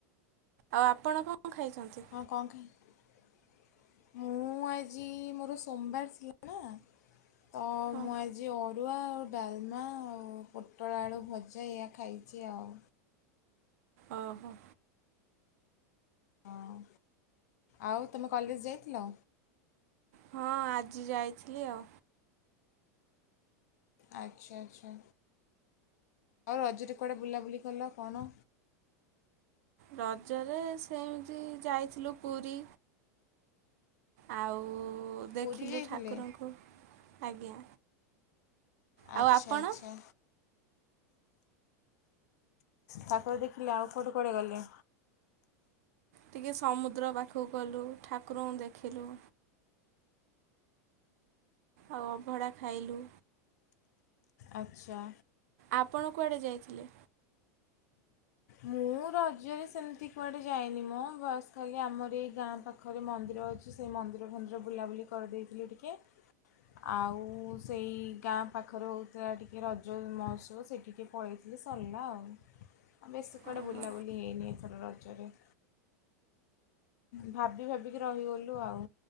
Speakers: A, on the right (about 65°); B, on the left (about 75°).
A: ଆଉ ଆପଣ କଣ ଖାଇଛନ୍ତି?
B: ହଁ କଣ ଖାଇ ମୁଁ ଆଜି ମୋର ସୋମବାର ଥିଲା ନା। ହଁ ତ
A: ହଁ
B: ମୁଁ ଆଜି ଅରୁଆ ଆଉ ଡାଲମା ଆଉ ପୋଟଳ ଆଳୁ ଭଜା ଏଇୟା ଖାଇଚି ଆଉ।
A: ଅ ହୋ।
B: ହଁ ଆଉ ତମେ କଲେଜ ଯାଇଥିଲ?
A: ହଁ ଆଜି ଯାଇଥିଲି ଆଉ।
B: ଆଚ୍ଛା ଆଚ୍ଛା ଆଉ ରଜରେ କୁଆଡ଼େ ବୁଲାବୁଲି କଲ କଣ?
A: ରଜରେ ସେମିତି ଯାଇଥିଲୁ ପୁରୀ। ଆଉ ଦେଖିଲୁ
B: ପୁରୀ ଯାଇଥିଲେ
A: ଠାକୁରଙ୍କୁ ଆଜ୍ଞା।
B: ଆଚ୍ଛା
A: ଆଉ ଆପଣ?
B: ଆଚ୍ଛା। ଠାକୁର ଦେଖିଲେ ଆଉ କୁଆଡେ କୁଆଡେ ଗଲେ।
A: ଟିକିଏ ସମୁଦ୍ର ପାଖକୁ ଗଲୁ ଠାକୁରଙ୍କୁ ଦେଖିଲୁ। ଆଉ ଅଭଡ଼ା ଖାଇଲୁ।
B: ଆଚ୍ଛା।
A: ଆପଣ କୁଆଡ଼େ ଯାଇଥିଲେ।
B: ମୁଁ ରଜରେ ସେମିତି କୁଆଡ଼େ ଯାଇନି ମୋ ବାସ୍ ଖାଲି ଆମର ଏଇ ଗାଁ ପାଖ ପାଖରେ ମନ୍ଦିର ଅଛି ସେଇ ମନ୍ଦିର ଫନ୍ଦିର ବୁଲାବୁଲି କରିଦେଇଥିଲି ଟିକିଏ ଆଉ। ସେଇ ଗାଁ ପାଖରେ ହଉଥିଲା ଟିକିଏ ରଜ ମହୋତ୍ସବ ସେଠିକି ପଳେଇଥିଲି ସଲା ଆଉ। ବେଶି କୁଆଡ଼େ
A: ଓହୋ
B: ବୁଲାବୁଲି ହେଇନି ଏଥର ରଜରେ। ଭାବି ଭାବିକି ରହିଗଲୁ ଆଉ।